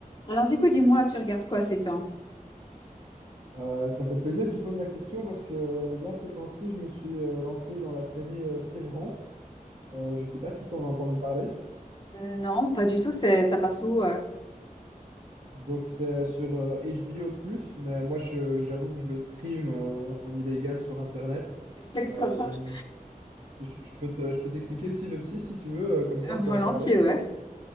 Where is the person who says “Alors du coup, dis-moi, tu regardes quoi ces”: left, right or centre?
Left